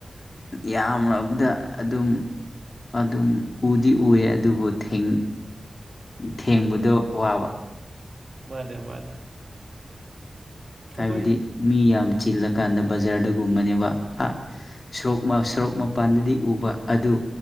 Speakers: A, on the left; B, on the right.
A: ꯌꯥꯝꯂꯕꯗ ꯑꯗꯨꯝ ꯑꯗꯨꯝ ꯎꯗꯤ ꯎꯑ ꯑꯗꯨꯕꯨ ꯊꯦꯡ ꯊꯦꯡꯕꯗꯣ ꯋꯥꯕ
B: ꯃꯥꯅꯦ ꯃꯥꯅꯦ ꯀꯃꯥꯏ
A: ꯍꯥꯏꯕꯗꯤ ꯃꯤ ꯌꯥꯝ ꯆꯤꯜꯂꯀꯥꯟꯗ ꯕꯖꯥꯔꯗꯒꯨꯝꯕꯅꯦꯕ ꯁꯣꯔꯣꯛ ꯃꯄꯥꯟꯗꯗꯤ ꯎꯕ ꯑꯗꯨ